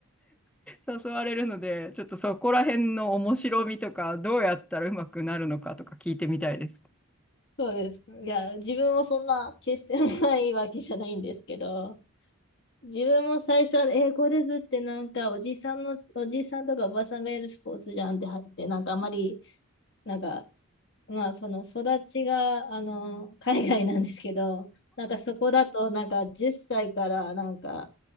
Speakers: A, in the centre; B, on the left (about 55°).
A: 誘われるので、ちょっとそこら辺の面白みとか、どうやったらうまくなるのかとか聞いてみたいです。
B: そうですか。いや、自分もそんな決してないわけじゃないんですけど、自分も最初は英語で振ってなんかおじさんの、おじさんとかおばさんがやるスポーツじゃんって入って、なんかあまり、なんか、まあその育ちが、あの、海外なんですけど、なんかそこだとなんか10歳からなんか